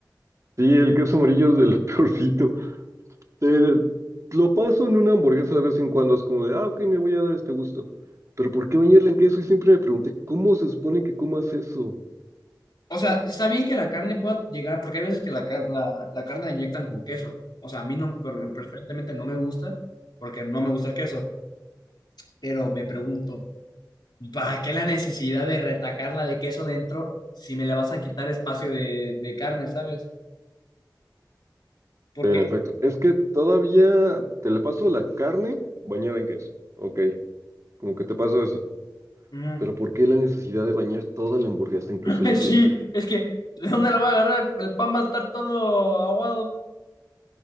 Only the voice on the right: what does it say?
Sí, el queso amarillo es de lo <laughs> peorcito. Eh, lo paso en una hamburguesa de vez en cuando. Es como de, ah, ok, me voy a dar este gusto. Pero ¿por qué bañarle en queso? Y siempre me pregunté, ¿cómo se supone que comas eso?
En efecto, es que todavía te le paso la carne bañada en queso. Ok, como que te paso eso.
Pero ¿por qué la necesidad de bañar toda la hamburguesa en queso
líquido?